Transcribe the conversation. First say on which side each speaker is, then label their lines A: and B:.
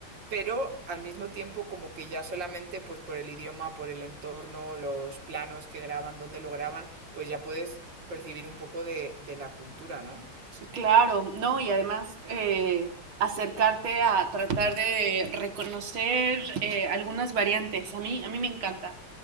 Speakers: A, on the right; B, on the right.
A: pero al mismo tiempo como que ya solamente pues por el idioma, por el entorno, los planos que graban, dónde lo graban, pues ya puedes percibir un poco de, de la cultura, ¿no?
B: Claro, no, y además eh, acercarte a tratar de reconocer eh, algunas variantes. A mí, a mí me encanta,